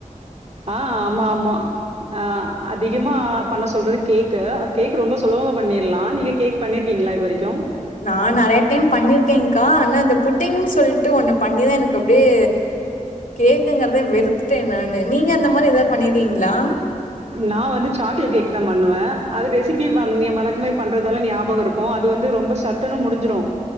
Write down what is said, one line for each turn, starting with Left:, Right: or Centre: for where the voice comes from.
Right: ஆ ஆமா ஆமா ஆ அதிகமா பண்ண சொல்றது கேக் கேக் ரொம்ப சுலபமா பண்ணிரலாம் நீங்க கேக் பண்ணிருக்கீ ங்களா இது வரைக்கும்
Left: நான் நறைய டைம் பண்ணிருக்கேங்க்கா ஆனா அந்த புட்டிங்கன்னு சொல்லிட்டு ஒன்னு பண்ணிதான் எனக்கு அப்படியே கேக்குங்கிறதே வெறுத்துட்ட நானு நீங்க அந்த மாரி ஏதாது பண்ணீருக்கிங்கிளா
Right: நா வந்து சாக்லேட் கேக்தா பண்ணுவேன் அது ரெசிபி நீ வழக்கமே பண்றதால ஞாபகம் இருக்கும் அது வந்து ரொம்ப சட்டுனு முடிஞ்சிடும்